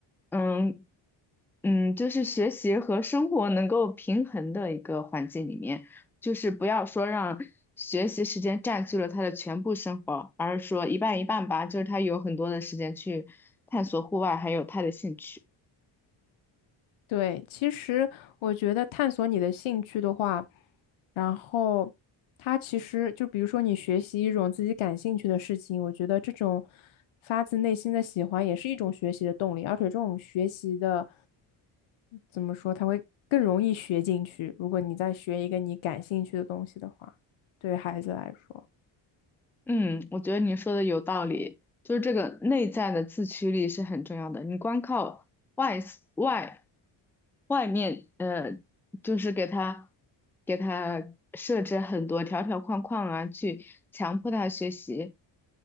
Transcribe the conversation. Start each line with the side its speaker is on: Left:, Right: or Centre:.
Centre: 嗯嗯，就是学习和生活能够平衡的一个环境里面，就是不要说让学习时间占据了他的全部生活，而是说一半一半吧，就是他有很多的时间去探索户外，还有他的兴趣。
Left: 对，其实我觉得探索你的兴趣的话，然后他其实就比如说你学习一种自己感兴趣的事情，我觉得这种发自内心的喜欢也是一种学习的动力，而且这种学习的怎么说，它会更容易学进去。如果你再学一个你感兴趣的东西的话，对于孩子来说。
Centre: 嗯，我觉得你说的有道理，就是这个内在的自驱力是很重要的。你光靠外 s- 外外面，呃，就是给他给他设置很多条条框框啊，去强迫他学习，